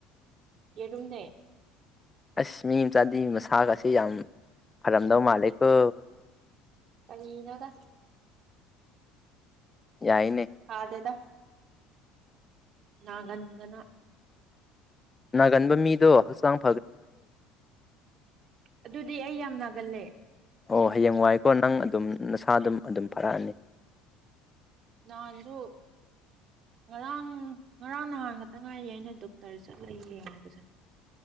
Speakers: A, on the right; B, on the left.
A: ꯌꯦꯔꯃꯦ
B: ꯑꯁ ꯃꯤ ꯆꯥꯟꯗꯤ ꯃꯁꯥꯒꯁꯤꯦ ꯌꯥꯝ ꯐꯔꯝꯗꯧ ꯃꯥꯜꯂꯦꯀꯣ
A: ꯀꯅꯒ
B: ꯌꯥꯏꯅꯦ
A: ꯐꯗꯦꯗ ꯅꯒꯟꯗꯅ
B: ꯒꯟꯕꯝꯃꯤꯗꯣ ꯍꯁꯝ
A: ꯑꯗꯨꯗꯤ ꯑꯩ ꯌꯥꯝ ꯅꯥꯒꯜꯂꯦ
B: ꯑꯣ ꯍꯌꯦꯡ ꯋꯥꯏꯀꯣ ꯅꯪ ꯑꯗꯨꯝ ꯅꯁꯥ ꯑꯗꯨꯝ ꯑꯗꯨꯝ ꯐꯥꯔꯛꯑꯅꯤ
A: ꯅꯥꯟꯗ ꯉꯔꯥꯡ ꯉꯔꯥꯡ ꯅꯍꯥꯟ ꯈꯛꯇ ꯉꯥꯏꯌꯦꯦ ꯑꯩꯅ ꯗꯣꯛꯇꯔ ꯆꯠꯂ ꯌꯦꯡꯉꯕꯁꯦ